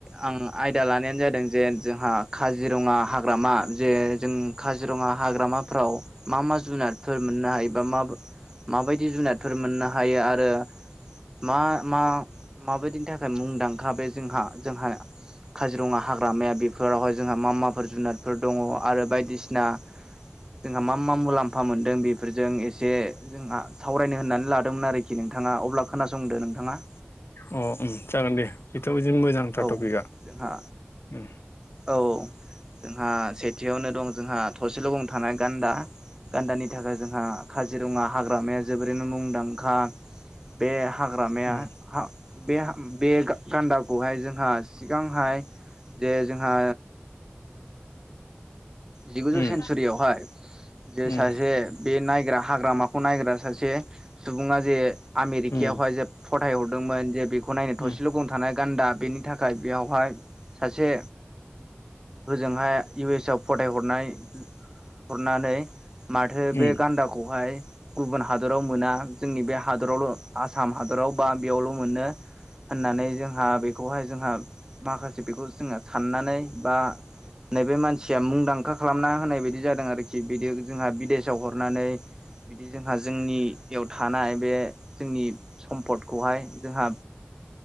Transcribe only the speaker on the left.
अ उम जागोन दे बेथ' बिदिनो मोजांथार
टपिकआ
उम
उम
उम उम
उम
उम
उम
उम